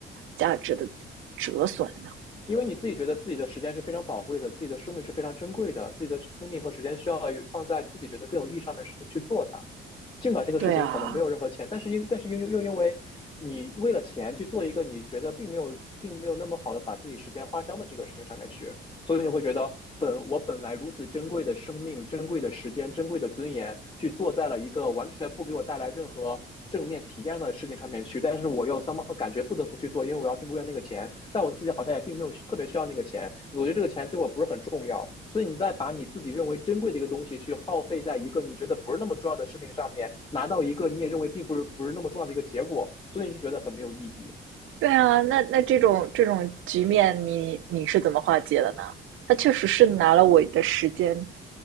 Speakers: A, on the right (about 85°); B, on the left (about 25°).
A: 价值的折损呢？
B: 因为你自己觉得自己的时间是非常宝贵的，自己的生命是非常珍贵的，自己的生命和时间需要有放在自己觉得更有意义上面的事情去做它。尽管这个事情可能没有任何钱，
A: 对啊，
B: 但是因但是又又又因为你为了钱去做一个你觉得并没有并没有那么好的把自己时间花销的这个事情上面去，所以你会觉得本我本来如此珍贵的生命、珍贵的时间、珍贵的尊严，去做在了一个完全不给我带来任何正面体验的事情上面去，但是我又 somehow 感觉不得不去做，因为我要去为了那个钱。但我自己好像也并没有特别需要那个钱，我觉得这个钱对我不是很重要，所以你再把你自己认为珍贵的一个东西去耗费在一个你觉得不是那么重要的事情上面，拿到一个你也认为并不是不是那么重要的一个结果，所以你就觉得很没有意义。
A: 对啊，那那这种这种局面你，你是怎么化解的呢？他确实是拿了我的时间，